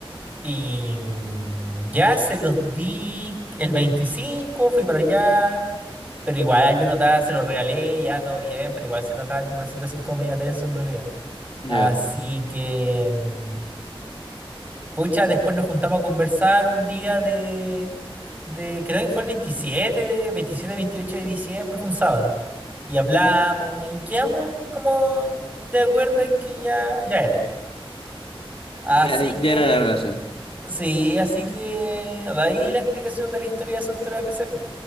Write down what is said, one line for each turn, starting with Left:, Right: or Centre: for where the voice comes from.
Right: Y mm, ya se los di el 25, fui para allá, pero igual yo notaba, se los regalé, ya todo bien, pero igual se notaba como una situación como medio tensa en realidad.
Left: Ya.
Right: Así que... mm, Pucha, después nos juntamos a conversar un día de, de creo que fue el veintisiete, de 27, 28 de diciembre, fue un sábado. Y hablamos y quedamos como de acuerdo en que ya, ya era. ahí. Así
Left: Ya, ya
Right: que,
Left: era la relación.
Right: sí, así que de ahí la explicación de la historia de soltero de PC.